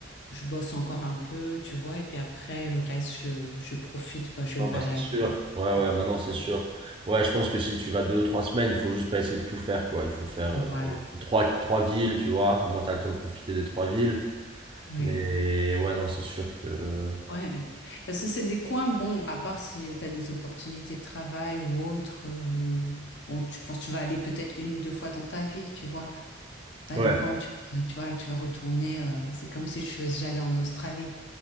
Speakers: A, on the left (about 60°); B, on the right (about 25°).
A: je bosse encore un peu, tu vois, et puis après, le reste, je, je profite, quoi, je vais
B: Non,
A: me
B: bah,
A: balader.
B: c'est sûr. Ouais, ouais, maintenant c'est sûr. Ouais, je pense que si tu vas deux ou trois semaines, il faut juste pas essayer de tout faire, quoi. Il faut faire
A: Voilà,
B: euh, trois, trois villes, tu vois. Au moins, t'as le temps de profiter des trois villes.
A: oui.
B: Mais ouais, non, c'est sûr que.
A: Ouais. Parce que c'est des coins, bon, à part si tu as des opportunités de travail ou autres, euh, ou bon, tu penses tu vas aller peut-être une ou deux fois dans ta vie, tu vois. Pas
B: Ouais,
A: des coins où tu, vas- tu vois, tu vas retourner. euh, c'est comme si je faisais, j'allais en Australie.